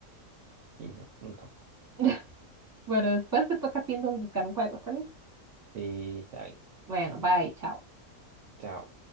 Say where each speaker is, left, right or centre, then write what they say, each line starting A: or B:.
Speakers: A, on the right; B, on the right.
A: bien. No, nunca más.
B: <laughs> Bueno, después te toca a ti entonces buscar un juego, ¿está bien?
A: Sí, está bien.
B: Bueno, bye, chao.
A: Chao.